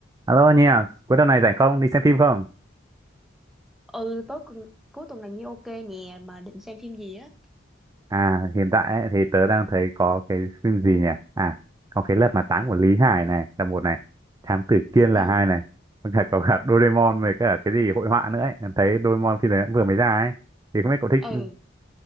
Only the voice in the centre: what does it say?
ừ tối cùng, cuối tuần này như ok nè mà định xem phim gì á
Ừ.
Ừ.